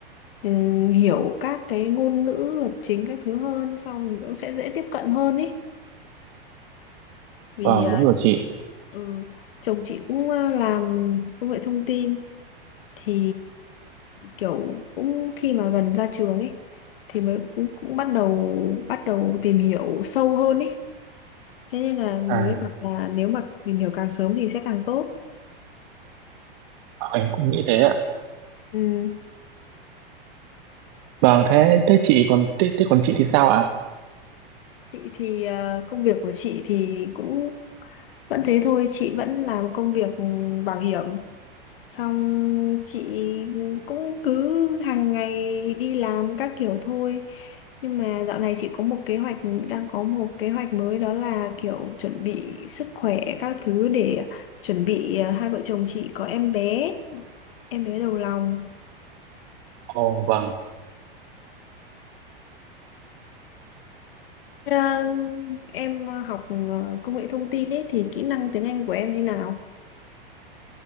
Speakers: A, on the left; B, on the right.
A: ừm, hiểu các cái ngôn ngữ lập trình các thứ hơn xong mình cũng sẽ dễ tiếp cận hơn ý vì
B: vâng
A: à,
B: đúng rồi chị
A: ừ, chồng chị cũng à, làm công nghệ thông tin thì kiểu cũng khi mà gần ra trường ấy thì mới cũng, cũng bắt đầu bắt đầu tìm hiểu sâu hơn ấy thế nên là mới
B: à
A: bảo là nếu mà tìm hiểu càng sớm thì sẽ càng tốt
B: vâng, em cũng nghĩ thế ạ
A: ừ.
B: vâng thế thế chị còn thế, thế còn chị thì sao ạ
A: chị thì à, công việc của chị thì cũng vẫn thế thôi chị vẫn làm công việc bảo hiểm xong chị cũng cứ hàng ngày đi làm các kiểu thôi nhưng mà dạo này chị có một kế hoạch đang có một kế hoạch mới đó là kiểu chuẩn bị sức khỏe các thứ để chuẩn bị ờ, hai vợ chồng chị có em bé em bé đầu lòng
B: ồ vâng
A: Ờ, em học ờ, công nghệ thông tin ấy thì kỹ năng tiếng Anh của em thế nào